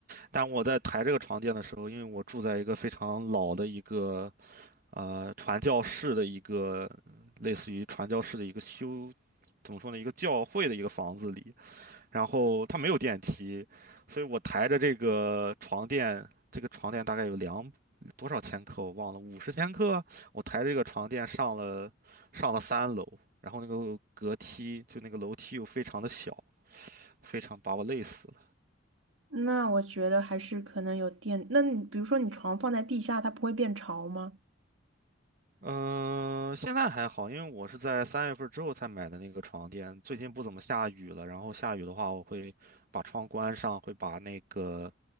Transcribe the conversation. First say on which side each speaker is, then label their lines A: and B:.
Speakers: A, on the right; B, on the right.
A: 但我在抬这个床垫的时候，因为我住在一个非常老的一个呃传教士的一个嗯类似于传教士的一个修，怎么说呢，一个教会的一个房子里，然后它没有电梯，所以我抬着这个床垫，这个床垫大概有两多少千克我忘了，五十千克，我抬着这个床垫上了上了三楼，然后那个隔梯就那个楼梯又非常的小，非常把我累死了。
B: 那我觉得还是可能有电，那你比如说你床放在地下，它不会变潮吗？
A: 嗯、现在还好，因为我是在三月份之后才买的那个床垫，最近不怎么下雨了，然后下雨的话我会把窗关上，会把那个